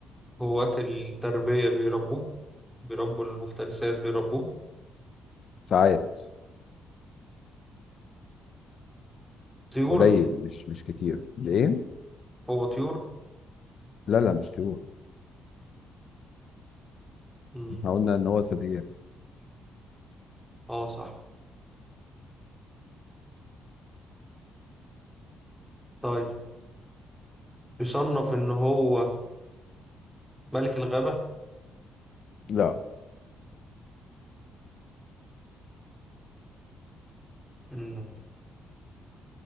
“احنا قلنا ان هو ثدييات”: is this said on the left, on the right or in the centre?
Left